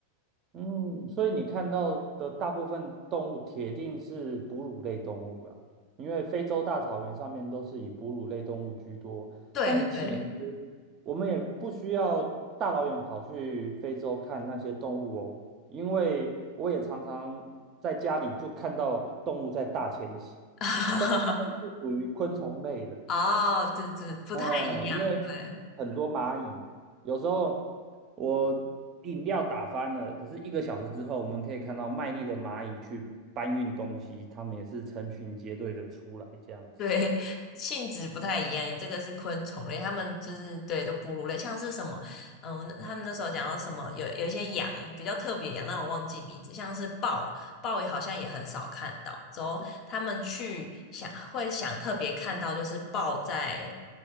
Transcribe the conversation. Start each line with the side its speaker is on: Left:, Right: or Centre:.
Right: 嗯，所以你看到的大部分动物铁定是哺乳类动物了，因为非洲大草原上面都是以哺乳类动物居多。
Left: 对对，
Right: 但是其实我们也不需要大老远跑去非洲看那些动物哦，因为我也常常在家里就看到动物在大迁徙，
Left: <laughs>
Right: 但是它们是属于昆虫类的。
Left: 哦，对对，不太一样，
Right: 呃，因为很多蚂蚁，
Left: 对。
Right: 有时候我饮料打翻了，可是一个小时之后，我们可以看到卖力的蚂蚁去搬运东西，它们也是成群结队的出来这样子。
Left: 对，性质不太一样，这个是昆虫类，它们就是对都哺乳类，像是什么，嗯，他们那时候讲到什么，有有一些羊比较特别的羊，但我忘记名字，像是豹，豹也好像也很少看到。之后他们去想会想特别看到，就是豹在